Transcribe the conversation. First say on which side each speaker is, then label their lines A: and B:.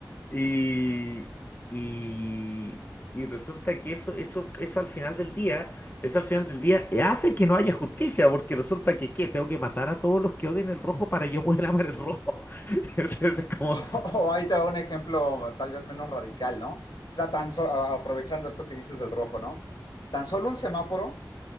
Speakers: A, on the left; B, on the left.
A: Y, y, y resulta que eso, eso, eso al final del día, eso al final del día eh, hace que no haya justicia, porque resulta que, ¿qué? Tengo que matar a todos los que odien el rojo para yo poder <laughs> amar el rojo. <laughs> Es, es como,
B: <laughs> O ahí te da un ejemplo tal vez menos radical, ¿no? O sea, tan so- a- aprovechando esto que dices del rojo, ¿no? Tan solo un semáforo